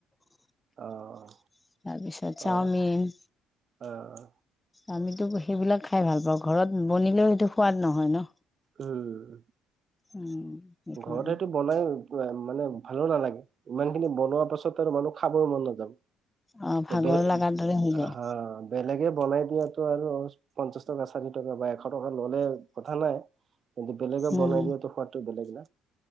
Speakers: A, on the left; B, on the right.
A: তাৰপিছত
B: অ'
A: চাওমিন
B: অ' অ'
A: আমিতো সেইবিলাক খাই ভাল পাওঁ ঘৰত বনিলেও সেইটো সোৱাদ নহয় ন
B: উম,
A: উম সেইকাৰণে
B: ঘৰত সেইটো বনাই মানে ভালো নালাগে ইমান খিনি বনোৱাৰ পাছত আৰু মানুহ খাবৰ মন নাযাব
A: অ ভাগৰ
B: বলে
A: লগাৰ দৰে হৈ যায়
B: হা বেলেগে বলাই দিয়া টো আৰু পঞ্চাশ টকা চাৰি টকা বা এশ টকা ল'লে কথা নাই কিন্তু বেলেগে
A: উম
B: বনাই দিয়টো সোৱাটো বেলেগ ন